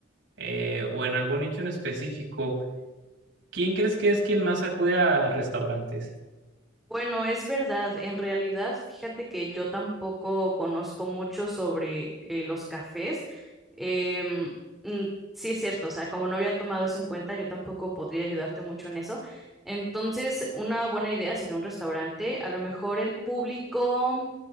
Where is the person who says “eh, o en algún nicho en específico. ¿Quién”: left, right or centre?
Right